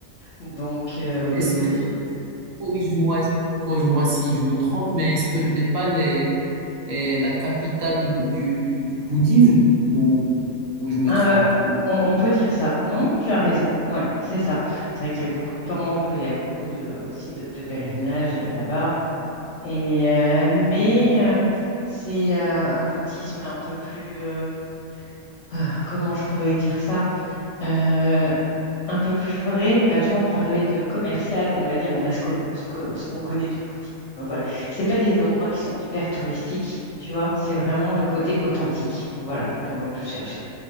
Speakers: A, on the left; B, on the right.
A: Donc, euh,
B: Est-ce que, corrige-moi, corrige-moi si je me trompe, mais est-ce que le Népal est, est la capitale du, du bouddhisme ou, ou je me
A: euh,
B: trompe?
A: on, on peut dire ça. Non, non, tu as raison. Ouais, c'est ça. C'est vrai qu'il y a beaucoup de temples, il y a beaucoup de, aussi de, de pèlerinages là-bas. Et, euh, mais euh, c'est euh, un bouddhisme un peu plus... euh, ah, comment je pourrais dire ça? Euh, un peu plus vrai, bah, tu vois, on parlait de commercial, on va dire, on a ce que, ce que- ce qu'on connaît du bouddhisme, voilà. C'est pas des endroits qui sont hyper touristiques, tu vois, c'est vraiment le côté authentique, voilà, le mot que je cherchais.